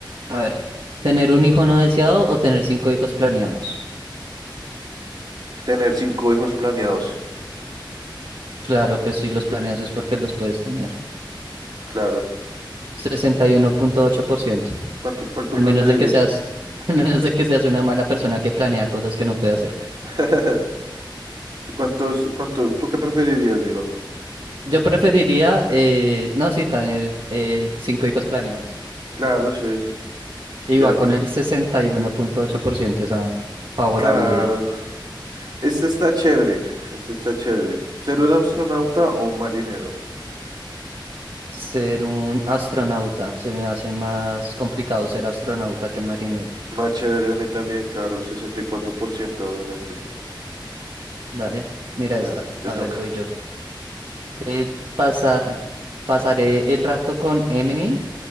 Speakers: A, on the right (about 75°); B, on the right (about 55°).
A: A ver, ¿tener un hijo no deseado o tener cinco hijos planeados?
B: Tener cinco hijos planeados.
A: Claro, pues si los planeas es porque los puedes tener.
B: Claro.
A: Sesenta y uno punto ocho por ciento,
B: ¿Cuánto, cuál tú
A: al
B: preferirías?
A: menos de que seas, <laughs> al menos de que seas una mala persona que planea cosas que no puede hacer.
B: <laughs> ¿Cuántos, cuánto, tú qué preferirías? Digo,
A: Yo preferiría, eh, no, sí, tener eh, cinco hijos planeados.
B: claro, sí,
A: Y
B: ya,
A: va con el sesenta y uno punto ocho por ciento esa favorabilidad.
B: claro. Este está chévere, este está chévere. ¿Ser un astronauta o un marinero?
A: Ser un astronauta, se me hace más complicado ser astronauta que marinero.
B: Más chévere a mí también, claro, 64% obviamente.
A: Dale, mira
B: Claro,
A: esta.
B: te
A: A
B: toca.
A: ver, voy yo. Eh, pasa, ¿pasaré el rato con Eminem